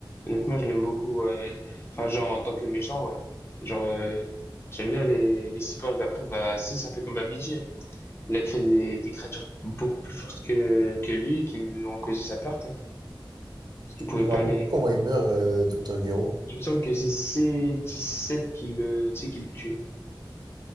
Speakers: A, on the left (about 30°); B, on the right (about 50°).
A: Honnêtement, je l'aime beaucoup. ouais. Enfin, genre, en tant que méchant, ouais. Genre, euh, j'aime bien les, les cyborgs. Après, bah, c'est, ça fait comme Abidji, hein. Il a créé des, des créatures beaucoup plus fortes que, que lui et qui lui ont causé sa perte, hein. Parce qu'il pouvait
B: Je me
A: pas
B: rappelle
A: les...
B: plus comment il meurt, euh, Dr. Gero.
A: Il me semble que c'est c sept qui le, tu sais, qui le tue.